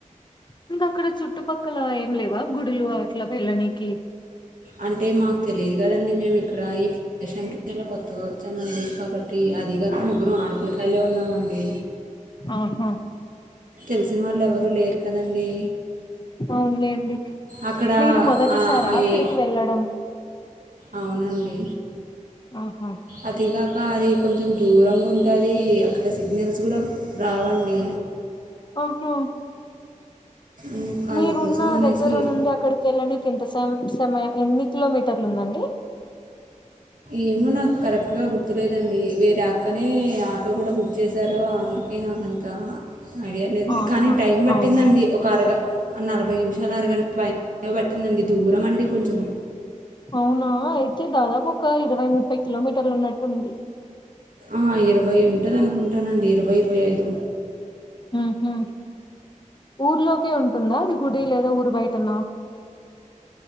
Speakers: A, on the left (about 35°); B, on the right (about 80°).
A: ఇంకా అక్కడ చుట్టుపక్కల ఏం లేవా గుడులు అట్లా వెళ్ళనికి
B: అంటే మాకు తెలిదు కదండి మేము ఇక్కడ ఈ ప్రదేశనికి కి చ కొత్తగా వచ్చామండి కాబట్టి అది కాక ముగ్గురం ఆడపిల్లకాయలే ఉన్నామండి
A: ఆహా
B: తెలిసిన వాళ్ళు ఎవరు లేరు కదండి
A: అవులేండి
B: అక్కడ
A: మీరు మొదటిసారా
B: ఆ- అయ్యే
A: అక్కడికి వెళ్ళడం
B: అవునండి
A: ఆహా
B: అతిగాక్ కా అది కొంచెం దూరంగా ఉంటది అక్కడ సిగ్నల్స్ కూడా రావండి
A: అహా
B: ఉమ్,
A: మీరున్న
B: అందుకోసం అనేసి
A: దగ్గర నుంది అక్కడికి వెళ్ళనికి ఎంత స సమయం ఎన్ని కిలోమీటర్లు ఉందండి
B: ఏమో నాకు కరెక్ట్గా గుర్తులేదండి వేరే అక్కనే ఆటో కూడా బుక్ కుడా చేశారు అమే కి నా నాకంత ఐడియలేదు
A: ఆహా
B: కానీ టైం పట్టిందండి
A: అవునా
B: ఒక అరగం నలభై నిమిషాలు అరగంట పైనే పట్టిందండి దూరం అండి కొంచెం
A: అవునా అయితే దాదాపు ఒక ఇరవై ముప్పై కిలోమీటర్లు ఉన్నట్టుంది
B: ఆ ఇరవై ఉంటదనుకుంటానండి ఇరవై ఇరవై ఐదు
A: మ్ హూ ఊర్లోకే ఉంటుందా అది గుడి లేదా ఊరి బయటనా <inaudible>